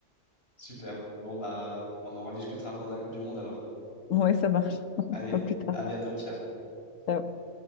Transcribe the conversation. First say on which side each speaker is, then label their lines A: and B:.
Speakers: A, on the left (about 50°); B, on the left (about 85°).
A: Super. Bon, bah, on en rediscutera pendant la Coupe du Monde alors.
B: Ouais, ça marche.
A: Allez,
B: À plus tard.
A: à bientôt, ciao.
B: Ciao.